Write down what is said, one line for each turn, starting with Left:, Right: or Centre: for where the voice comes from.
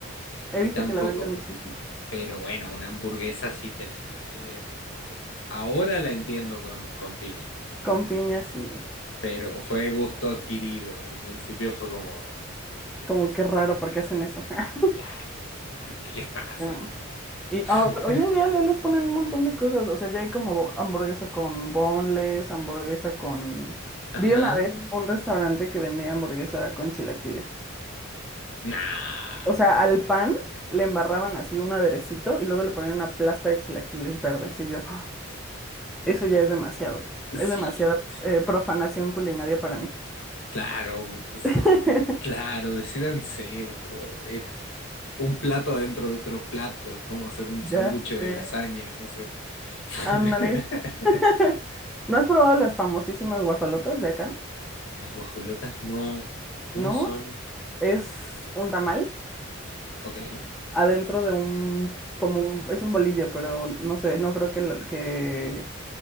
Left: a
Centre: He
Left: mí
Centre: visto
Left: tampoco.
Centre: que la venden muchísimo.
Left: Pero bueno, una hamburguesa sí te la... te- Ahora la entiendo con, con piña.
Centre: Con piñas y
Left: pero fue gusto adquirido. Al principio fue como, no,
Centre: como que raro porque hacen eso. <laughs>
Left: claro, ¿qué, qué les pasa?
Centre: Bueno, y
Left: <laughs>
Centre: ahora- hoy en día ya les ponen un montón de cosas. O sea, ya hay como hamburguesa con boneless, hamburguesa con...
Left: Ajá.
Centre: Vi una vez un restaurante que vendía hamburguesa con chilaquiles.
Left: Nah,
Centre: O sea, al pan le embarraban así un aderecito y luego le ponían una plasta de chilaquiles verdes y yo. Eso ya es demasiado.
Left: sí,
Centre: Es demasiada
Left: sí,
Centre: eh, profanación culinaria para mí.
Left: claro, pues,
Centre: <laughs>
Left: claro, decídanse. o sea, Es un plato adentro de otro plato, es como hacer un sándwich
Centre: Ya
Left: de
Centre: sé.
Left: lasaña, no sé. <laughs>
Centre: Ándale. <laughs> ¿No has probado las famosísimas guajolotas de acá?
Left: Las guajolotas no, ¿cómo
Centre: No,
Left: son?
Centre: es un tamal
Left: Ok,
Centre: adentro de un, como un, es un bolillo, pero no sé, no creo que lo, que,